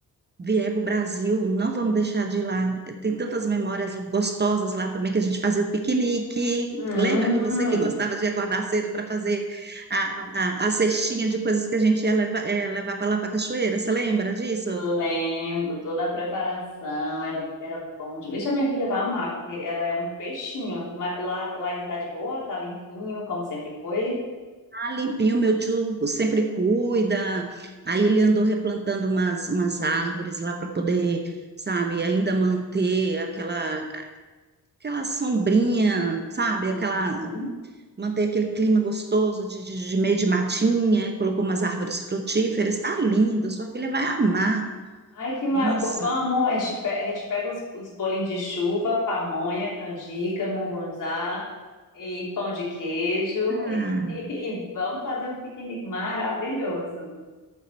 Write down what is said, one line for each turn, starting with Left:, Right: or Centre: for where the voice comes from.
Right: vier para o Brasil, não vamos deixar de ir lá. Tem tantas memórias gostosas lá também que a gente fazia o piquenique.
Left: Hum.
Right: Lembra que você
Left: hum.
Right: que gostava de acordar cedo para fazer a, a, a cestinha de coisas que a gente ia levar, é, levar para lá para a cachoeira? Você lembra disso?
Left: Lembro, toda a preparação era, era bom demais. Deixa a minha filha vai amar, porque ela é um peixinho. Mas Lá, lá ainda tá de boa, tá limpinho, como sempre foi.
Right: Ah, limpinho, meu tio sempre cuida. Aí ele andou replantando umas, umas árvores lá para poder, sabe, ainda manter aquela, aquela sombrinha, sabe,
Left: Uhum,
Right: aquela manter aquele clima gostoso de, de, de meio de matinha, colocou
Left: uhum.
Right: umas árvores frutíferas, tá lindo, sua filha vai amar.
Left: Ai, que maravilha.
Right: Nossa,
Left: Pô, vamos, a gente pe- a gente pega os, os bolinhos de chuva, pamonha, canjica, mungunzá e pão de queijo
Right: tá.
Left: <laughs> e vamos fazer um piquenique maravilhoso.